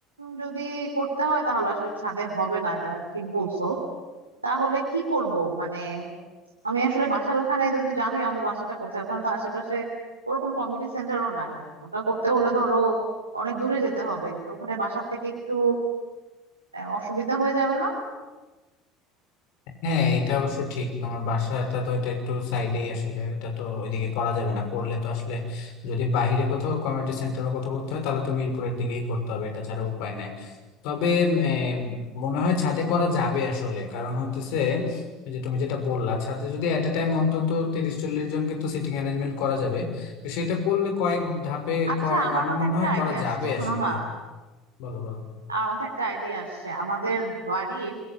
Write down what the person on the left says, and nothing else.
হ্যাঁ এটা অবশ্য ঠিক তোমার বাসাটা তো এটা একটু সাইডেই আসলে এটা তো ওইদিকে করা যাবে না করলে তো আসলে যদি বাইরে কোথাও কমিউনিটি সেন্টার বা কোথাও করতে হয় তাহলে তো মিরপুরের দিকেই করতে হবে এটা ছাড়া উপায় নাই তবে এম, মনে হয় ছাদে করা যাবে আসলে কারণ হতেছে এই যে তুমি যেটা বললা ছাদে যদি এট এ টাইম অন্তত তিরিশ চল্লিশ জনকে তো সিটিং অ্যারেঞ্জমেন্ট করা যাবে তো সেটা করলে কয়েক ধাপে
ক-
আমার
মনে
হয়
করা যাবে
আসলে
বলো বলো